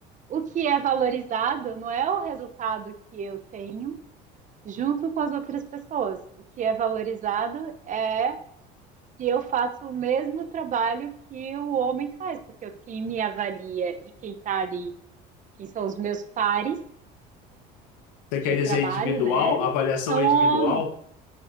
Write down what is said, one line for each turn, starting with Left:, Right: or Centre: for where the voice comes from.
Right: o que é valorizado não é o resultado que eu tenho junto com as outras pessoas. O que é valorizado é se eu faço o mesmo trabalho que o homem faz, porque quem me avalia e quem tá ali, quem são os meus pares
Left: Você
Right: de
Left: quer dizer
Right: trabalho,
Left: individual?
Right: né?
Left: Avaliação
Right: São
Left: é
Right: homens.
Left: individual?